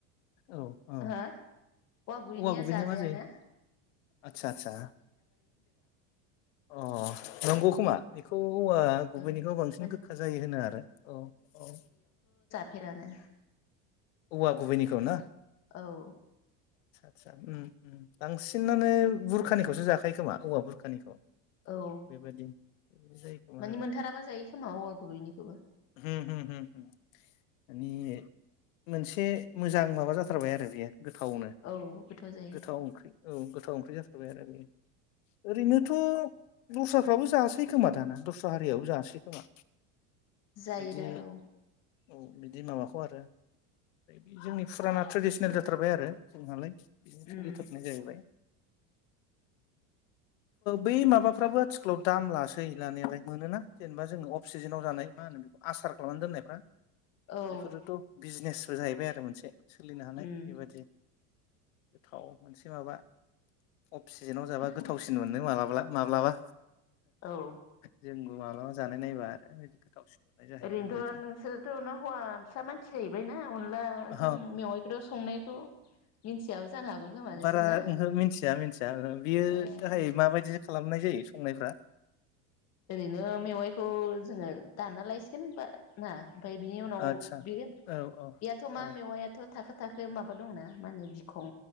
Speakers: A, on the left; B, on the left.
A: औ औ
B: हा औवा गुबैनिया
A: औवा
B: जाजाया
A: मा जायो
B: ना?
A: आदसा आचसा अ नंगौ खोमा बेखौ औवा गुबैनिखौ
B: ओ
A: बांसिन
B: माने
A: गोखा जायो होनो आरो औ औ
B: फेरानो
A: औवा गुबैनिखौ ना?
B: औ
A: आससा बांसिनानो बुरखानिखौसो जाखायो खोमा औवा बुरखानिखौ?
B: औ
A: बेबायदि जायो खोमा
B: मानि मोनथाराबा जायो खोमा औवा गुबैनिखौबो।
A: हुम हुम हुम माने मोनसे मोजां माबा जाथारबाय आरो बियो। गोथावनो
B: औ जायो
A: गोथाव ओंख्रि औ गोथाव ओंख्रि जाथा आरो ओरैनोथ' दस्राफ्राबो जासै खोमा दाना दस्रा हारियो जासै खोमा।
B: जायोदा
A: बिदि
B: औ।
A: औ बिदि माबाखौ आरो ओफ्राय बे जोंनि फुराना ट्रेडिसनेल जाथारबाय आरो जोंहालाय बेजों सोलिथारनाय
B: उम
A: जाहैबाय। बै माबाफ्राबो आथिखालाव दाम लासै लानायालाय मोनोना जेनेबा जोङो अफ सिजेनाव जानाय मा होनो बे आसार खालामनानै दोननायफ्रा
B: औ
A: बेफोरोथ' बिजिनेस जाहैबाय आरो मोनसे सोलिनो हानाय
B: उम
A: बेबादि गोथाव मोनसे माबा अफ सिजेनाव जाबा गोथावसिन मोनो मालाब्ला माब्लाबा।
B: औ
A: जों मालाबा जानाय नायबा आरो बिदि गोथावसिन मोननाय जाहैयो
B: ओरैनोथ'
A: बेबायदि
B: नोंसोरथ' न हौवा सा मानसि जाहैबायना? अनला
A: अ
B: जों मेवायखौथ संनायखौ मिथियाबो जानो हागौ खोमा नोंसोर
A: बारा
B: ना
A: ओं <inaudible> मिथिया मिथिया बियो
B: ओ
A: थाखाय माबायदि खालामनाय जायो। संनायफ्रा
B: ओरैनो मेवाइखौ जोङो दानना लायसिगोन बा ना ओमफफ्राय बिनि उनाव
A: आदसा
B: बे
A: औ औ
B: बेयाथ' मा
A: औ
B: मेवायाथ' थाखो। थाखो माबा दंना मा होनो बिख। खं